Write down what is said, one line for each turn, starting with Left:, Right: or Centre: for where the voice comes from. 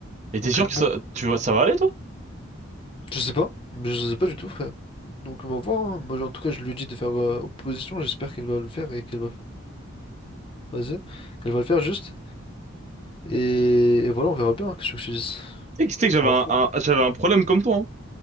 Right: Et
Left: Donc
Right: t'es sûr
Left: bon,
Right: que ça, tu vas, ça va aller, toi?
Left: je sais pas, je sais pas du tout, frère. Donc on va voir. hein. Moi, en tout cas, je lui dis de faire euh, opposition. J'espère qu'elle va le faire et qu'elle va, vas-y, qu'elle va le faire juste. Et, et voilà, on verra bien. hein, Qu'est-ce que je te dise?
Right: Tu sais que tu sais que j'avais
Left: Ça en
Right: un,
Left: fout.
Right: un- j'avais un problème comme toi, hein.